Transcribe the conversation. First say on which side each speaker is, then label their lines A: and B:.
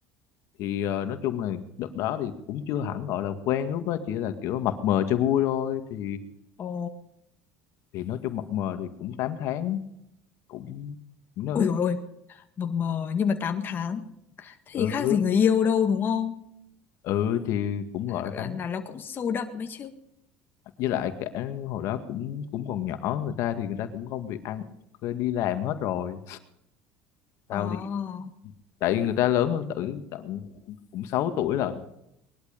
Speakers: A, on the left (about 65°); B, on the left (about 40°).
A: thì ờ, nói chung là đợt đó thì cũng chưa hẳn gọi là quen lúc đó chỉ là kiểu mập mờ cho vui thôi thì
B: Ồ.
A: thì nói chung mập mờ thì cũng tám tháng cũng nó
B: Ui dồi ôi, mờ mờ nhưng mà 8 tháng. Thế
A: ừ
B: thì khác gì người yêu đâu đúng không?
A: ừ thì cũng gọi là
B: Là,
A: tám
B: là
A: tháng
B: nó cũng sâu đậm ấy chứ.
A: với lại cả hồi đó cũng cũng còn nhỏ người ta thì người ta cũng công việc ăn đi làm hết rồi tao
B: Ồ.
A: đi tại vì người ta lớn hơn tử tận cũng 6 tuổi lận